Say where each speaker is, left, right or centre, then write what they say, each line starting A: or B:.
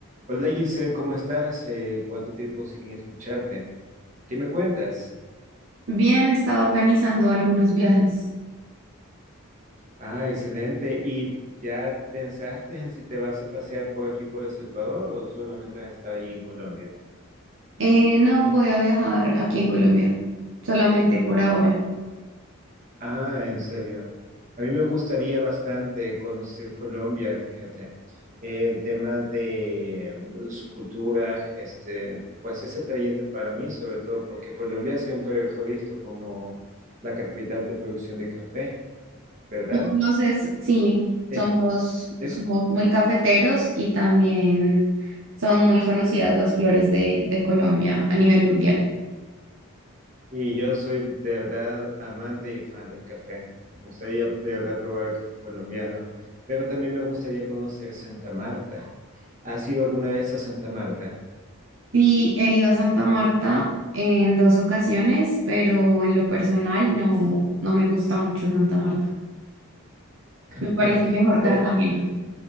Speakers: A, on the right; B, on the right.
A: Hola Giselle, ¿cómo estás? Eh, ¿cuánto tiempo sin escucharte? ¿Qué me cuentas?
B: Bien, he estado organizando algunos viajes.
A: Ah, excelente. ¿Y ya pensaste en si te vas a pasear por aquí por El Salvador o solamente has estado ahí en Colombia?
B: Eh, no voy a viajar aquí en Colombia, solamente por ahora.
A: Ah, en serio. A mí me gustaría bastante conocer Colombia, fíjate. El tema de mm, su cultura, este, pues es atrayente para mí, sobre todo porque Colombia siempre fue visto como la capital de producción de café, ¿verdad?
B: ¿Me conoces? Sí,
A: Es,
B: somos,
A: es
B: somos muy cafeteros y también son muy conocidas las flores de, de Colombia a nivel mundial.
A: Y yo soy de verdad amante y fan del café. Me gustaría de verdad probar el café colombiano, pero también me gustaría conocer Santa Marta. ¿Has ido alguna vez a Santa Marta?
B: Sí, he ido a Santa Marta en dos ocasiones, pero en lo personal no, no me gusta mucho Santa Marta. Me
A: <laughs>
B: parece mejor Cartagena.
A: Eh,